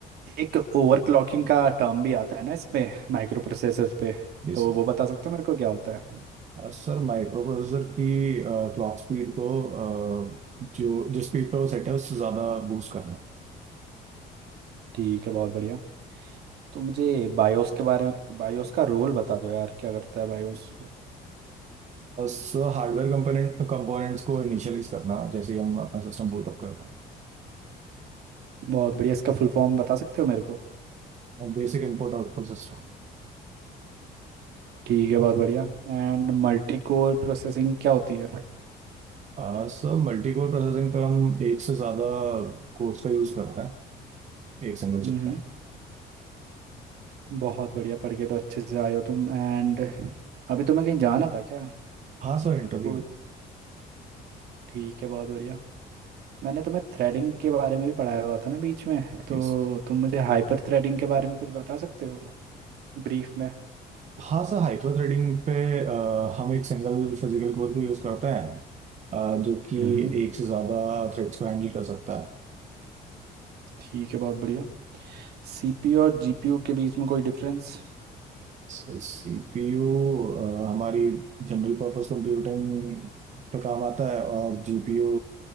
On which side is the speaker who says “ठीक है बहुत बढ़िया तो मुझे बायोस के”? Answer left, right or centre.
Right